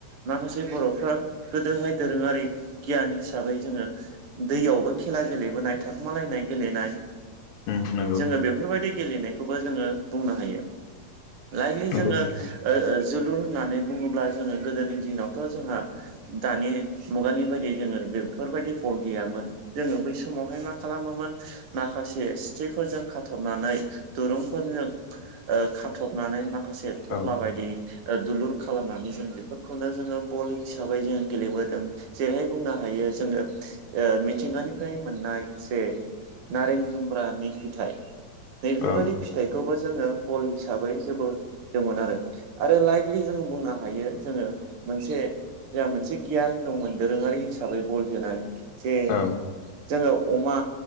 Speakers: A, on the right; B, on the left.
A: माखासे बर'फ्रा गोदोहाय दोरोङारि गियान हिसाबै जोङो दैयावबो खेला गेलेबोनाय थाखोमालायनाय गेलेनाय
B: उम नंगौ
A: जोङो बेफोर बायदि गेलेनायखौबो जोङो बुंनो हायो। लाइकलि
B: नंगौ
A: जोङो
B: नोंथां
A: ओ ओ जोलुर होननानै बुङोब्ला जोङो गोदोनि दिनावथ' जोंहा दानि मुगानि बायदि जोङो बेफोरबायदि बल गैयामोन। जोङो बै समावहाय मा खालामोमोन माखासे सिफोरजों खाथबनानै दुरुंफोरजों ओ खाथबनानै माखासे थफ्ला
B: उम
A: बायदि ओ दुलुर खालामनानै जों बेफोरखौनो जोङो बल हिसाबै जों गेलेबोदों। जेरैहाय बुंनो हायो जोङो ओ
B: उम
A: मिथिंगानिफ्राय मोननाय जे नारें जुम्ब्रानि फिथाइ नै बेेफोर
B: औ औ
A: बायदि फिथाइखौबो जोङो बल हिसाबै जोबोदोंमोन आरो। आरो लाइकलि जोंङो बुंनो हायो जोङो मोनसे जोंहा मोनसे गियान दंमोन दोरोङारि हिसाबै बल जोनाय। जे
B: औ
A: जोङो अमा